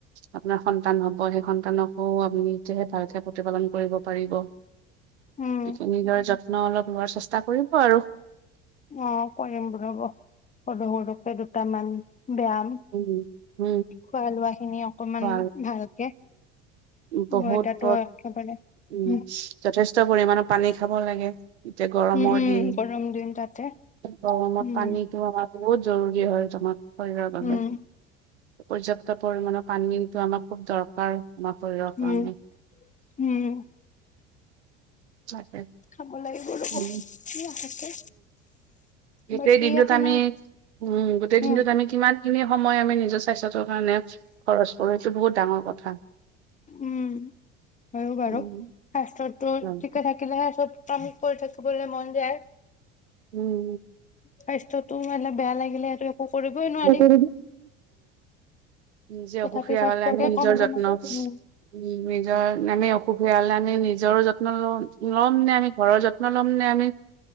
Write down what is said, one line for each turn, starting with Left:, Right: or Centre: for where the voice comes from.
Right: আপোনাৰ সন্তান হব। সেই সন্তানকো আপুনি নিতিয়াহে ভালকে প্ৰতিপালন কৰিব পাৰিব।
Left: উম
Right: তেতিয়া নিদৰে যত্ন ন, অলপ লোৱাৰ চেষ্টা কৰিব আৰু
Left: অ, কৰিম ৰ ৰব। সৰু, সৰুকে দুটামান ব্যায়াম
Right: মম, হ,
Left: খোৱা লোৱা খিনি অকমান
Right: বা
Left: ভালকে
Right: উ, বহুত
Left: ময়দাটো একেবাৰে
Right: উ
Left: উম
Right: যথেষ্ট পৰিমণৰ পানী খাব লাগে। এতিয়া গৰমৰ
Left: উম উম
Right: দিন।
Left: গৰম দিন তাতে
Right: গৰমত
Left: উম
Right: পানীটো আমাৰ বহুত জৰুৰী হয়। শৰীৰ বাবে।
Left: উম।
Right: পৰ্যাপ্ত পৰিমাণৰ পানী ইটো আমাক খুব দৰকাৰ। আমৰ শৰীৰৰ
Left: উম
Right: কাৰণে
Left: উম
Right: তাক
Left: খাব লাগিব ৰ'ব লাহেকে
Right: উ গোটেই-দিনটোত
Left: বাকী আপোনাৰ
Right: আমি উম গোটেই দিনটোত
Left: উম
Right: আমি কিমানখিনি সময় আমি নিজৰ স্বাস্থ্যটোৰ কাৰণে খৰচ কৰি এইটো বহুত ডাঙৰ কথা
Left: উম হয়ো বাৰু
Right: উম
Left: স্বাস্থত ত
Right: উম
Left: চঠিকে থাকিলে চব কাম কৰি থাকেিবলে মন যায়
Right: উম
Left: স্বাস্থ্যটো মানে বেয়া লাগিলে সেইটো একো কৰিবই নোৱাৰি
Right: উম নিজে
Left: তথাপি
Right: অসুখীয়া
Left: স্বাস্থ্যকে
Right: হলে আমি নিজৰ
Left: কম সময়
Right: যত্ন
Left: উম
Right: উ নিজৰ আমি অ পুলে আমি নিজৰ যত্ন ল ল'ম ন আমি ঘৰৰ যত্ন ল'ম নে আমি